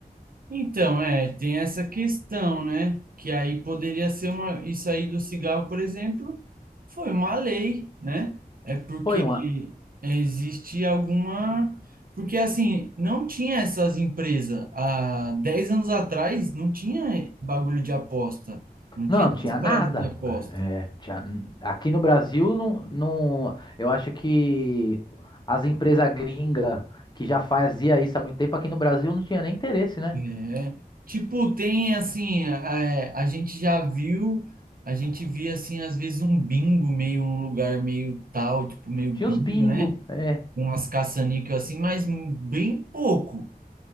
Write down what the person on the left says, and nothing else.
Foi uma
Não,
tinha
nada.
É, é, tinha- Aqui no Brasil, não, não, eu acho que as empresas gringas que já fazia isso há muito tempo, aqui no Brasil não tinha nem interesse, né?
Tinha os bingo,
é,